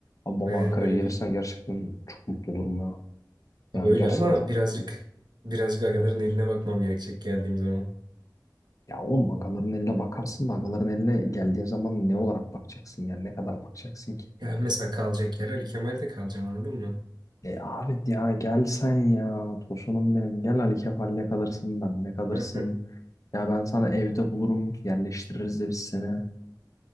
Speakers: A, on the left; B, on the right.
A: Abi vallahi
B: Yani
A: Ankara'ya
B: böyle
A: gelirsen
B: bir
A: gerçekten çok mutlu olurum ya.
B: ha,
A: Yani
B: böyle
A: gerçekten
B: ama
A: çok
B: birazcık
A: mutlu olurum.
B: birazcık agaların eline bakmam gerekecek geldiğim zaman.
A: Ya oğlum agaların eline bakarsın da agaların eline geldiğin zaman ne olarak bakacaksın yani ne kadar bakacaksın ki?
B: Ya mesela kalacak yer Ali Kemal'de kalacağım anladın mı?
A: E abi ya gel sen ya tosunum benim gel Ali Kefal'le kalırsın benle kalırsın.
B: <laughs>
A: Ya ben sana evde bulurum yerleştiririz de biz seni.